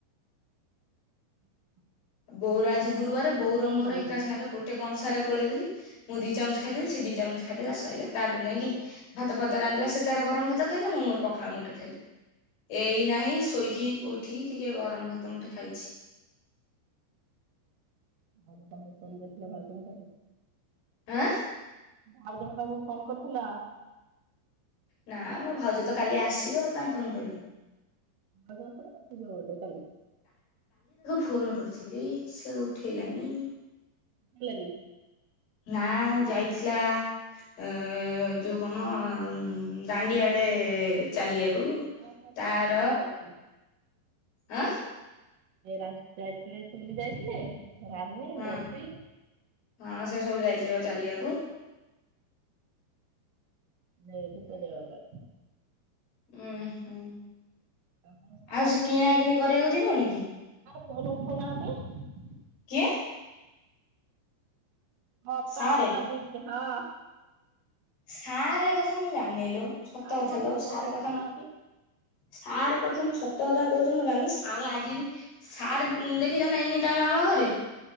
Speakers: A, on the right; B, on the left.
A: ହୁଁ
B: ବଉର ଆଜି ଗୁରୁବାର ବୋର ମୋର
A: ହୁଁ
B: ଏକା
A: ହୁଁ
B: ସାଙ୍ଗରେ ଗୋଟେ କଣ? ଖାର ଗୋଳେଇରେ ମୁଦି ଚାମଚ ଖା ସିି ଚାମୁଚ ଖାଇଦଲା ଶହଇଲା ତାପରେ
A: ହଁ
B: ଯାଇକି
A: ଭଲ।
B: ଭାତ ଫ ତ ରାନ୍ିଲ ସ ସେୋର ଗରମାତ ଖହଲା ମୁଁ ମୋର ପଖାଳ ମୁଁଟେ ଖାଲି ଏଇ ନାହିଁ ଶୋଇକି ଉଠିକି ଟିକେ ଗରମ ଭାତ ମୁଁଠେ ଖାଇଛି।
A: ଆଉ କଥିଲା ଭାଉ କ
B: ଆଁ
A: ଭାଉଜଙ୍କ ପାଖକୁ ଫୋନ୍ କରୁଥିଲା।
B: ନା ମୋ ଭାଉଜ ତ କାଲି ଆସିବ ଆଉ କହିଁ ଫୋନ କରିବି।
A: ଆଗପଣ କ ଯାଉଧ କାଲି
B: ଫୋନ୍ କରୁଥିଲି ସେ ଉଠେଇଲାନି।
A: ଠାଲନି
B: ନା ଯାଇଥିଲା ଅ ଯୋଉ କମ ଦାଣ୍ଡିଆଡେ ଚାଲିବାକୁ
A: ହଁ ହଁ ହଁ ହଁ
B: ତାର
A: ଚାଲ ପାଇଁ ଯାଇଥିଲେ।
B: ଆଁ
A: ରା ଯାଇଥିଲେ ତୁମି ଯାଇଥିଲେ ରନୀ
B: ହଁ
A: ବବି,
B: ହଁ ସେ ସବୁ ଯାଇଥିଲେ ବା ଚାଲିବାକୁ
A: ଯାଇଥିଲେ
B: ଉ ହୁ।
A: ଆଉ ତମ ସାର୍
B: ଆଉ ସେ କିଣା କିିଣି କରିବାକୁ ଯିବନି କି।
A: କନ ଉଠାଉନାହାନ୍ତି।
B: କିଏ?
A: ହଁପା
B: ସାରେ
A: ଅପା ଦିଦେ ହଁ।
B: ସାର୍ କଥା ମୁଁ ଜାଣି ନେଇଲୋ ସତ
A: ଆଜି
B: କଥାଲୋ
A: କଣ ଫୋନ୍
B: ସାର୍
A: ଉଠଉନାହାନ୍ତି
B: କଥା ସାର୍ କଥା ମୁଁ ସତ କଥା କହୁଛି ମୁଁ ଜଣି ସାର୍ ଆଜି ବି ସାର୍ ଦେଖିଛ ଏନି ଟାଇମ୍ ଆମ ଘରେ।